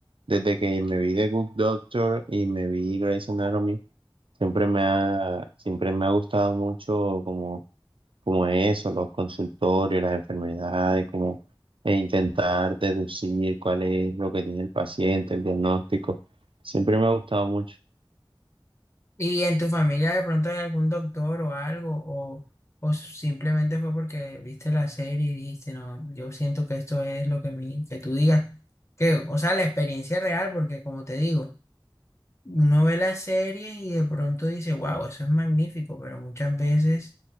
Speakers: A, on the right; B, on the left.
A: desde que me vi The Good Doctor y me vi Grey's Anatomy, siempre me ha, siempre me ha gustado mucho como, como eso, los consultorios, las enfermedades, como e intentar deducir cuál es lo que tiene el paciente, el diagnóstico. Siempre me ha gustado mucho.
B: ¿Y en tu familia de pronto hay algún doctor o algo? ¿O, o simplemente fue porque viste la serie y dijiste, no, yo siento que esto es lo que, mi, que tú digas? Que, o sea, la experiencia real, porque como te digo, uno ve la serie y de pronto dice, wow, eso es magnífico, pero muchas veces